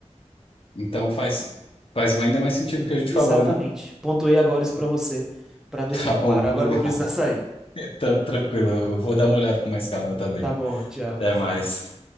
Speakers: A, on the left (about 50°); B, in the centre.
A: Então faz, faz ainda mais sentido o que a gente
B: Exatamente.
A: falou, né?
B: Pontuei agora isso para você, para
A: <laughs>
B: deixar
A: Tá bom,
B: claro.
A: obrigado.
B: Agora eu vou precisar
A: <laughs>
B: <laughs> sair.
A: Então, tranquilo. Eu vou dar uma olhada com mais calma também.
B: Tá bom, tchau.
A: Até mais.